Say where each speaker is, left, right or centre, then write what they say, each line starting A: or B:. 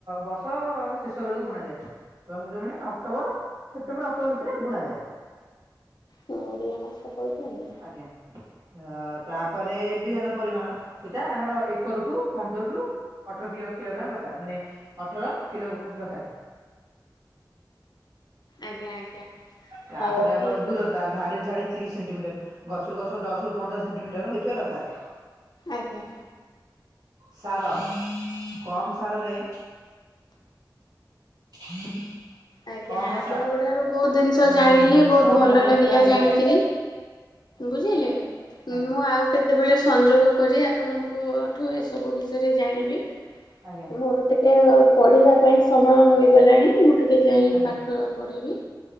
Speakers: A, on the right (about 55°); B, on the left (about 65°).
A: ବର୍ଷ ଶେଷ ବେଳକୁ ବୁଣା ଯାଏ ଦଶ ମାନେ ଅକ୍ଟୋବର ସେପ୍ଟେମ୍ବର ଅକ୍ଟୋବର ଭିତରେ ବୁଣା ଯଏ
B: ହୁଁ ଓଡ଼ିିଆ ମାସ କହିଦେଲି।
A: ଆଜ୍ଞା ଅ ତାପରେ ବିହନ ପରିମାଣ ସେଇଟା ଆମର ଏକ ରକୁୁ ପନ୍ଦର ରୁ ଅଠର କିଲ କିଲୋଗ୍ରାମ ଦରକାର ମାନେ ଅଠର କିଲ ଦରକାରେ
B: ଆଜ୍ଞା ଆଜ୍ଞା
A: ତାପରେ
B: ହଉ
A: ଆମର
B: ଠିକ୍
A: ଦୂରତା
B: ଅଛି
A: ଧାଡି ଧାଡି ତିରିଶ ସେଣ୍ଟିମିଟର ଗଛରୁ ଗଛ ଦଶ ରୁ ପନ୍ଦର ସେଣ୍ଟିମିଟର ହେଇଥିବା ଦରକାର
B: ଆଜ୍ଞା
A: ସାର କମ୍ ସାର ରେ ହୁଁ <inaudible>
B: ଆଜ୍ଞା
A: କମ
B: ଆପଣଙ୍କ
A: ସା
B: ଠାରୁ ବହୁତ ଜିନିଷ ଜାଣିଲି
A: ହୁଁ ହୁଁ
B: ବହୁତ
A: କମ
B: ଭଲ
A: ସାରରେ
B: ଲାଗିଲା
A: ସେଟା ହେଇ
B: ଜାଣିକିରି
A: ଆଜ୍ଞା
B: ବୁଝିଲେ
A: ଆଜ୍ଞା
B: ମୁଁ ଆଉ କେତେବେଳେ ସଂଯୋଗ କରି ଆପଣ ଠୁ ଏସବୁ ବିଷୟରେ ଜାଣିବି
A: ଆଜ୍ଞା
B: ମୋର ଏ ପଢିବା ପାଇଁ ସମୟ ହୋଇଗଲାଣି ମୁଁ ଟିକେ ଯାଇ
A: ଆଜ୍ଞା
B: ପାଠ ପଢ଼ିବି